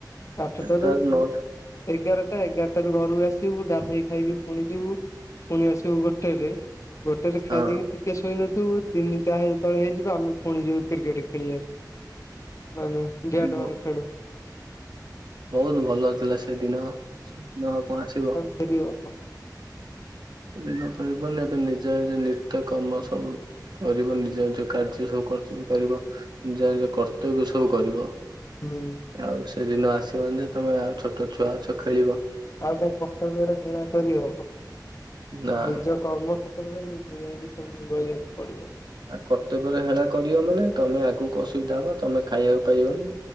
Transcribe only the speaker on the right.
ସକାଳ
ନଅଟା
ହଁ
ବ
ବହୁତ ଭଲ ଥିଲା ସେଦିନ ସେଦିନ କଣ ଆସିବ।
ସେ ଦିନ ପରିବନି ଏବେ ନିଜ ନିଜ ନିତ୍ୟ କର୍ମ ସବୁ କରିବ ନିଜ ନିଜ କାର୍ଯ୍ୟ ସବୁ କରଥିବ କରିବ ନିଜ ନିଜ କର୍ତ୍ତବ୍ୟ ସବୁ କରିବ।
ଆଉ ସେଦିନ ଆସିବନି ଯେ ତମେ ଆଉ ଛୋଟ ଛୁଆ ଅଛ ଖେଳିବ।
ନା।
ଆ କର୍ତ୍ତବ୍ୟରେ ହେଳା କରିବ ମାନେ ତମେ ଆଗକୁ ଅସୁବିଧା ହବ ତମେ ଖାଇବାକୁ ପାଇବନି।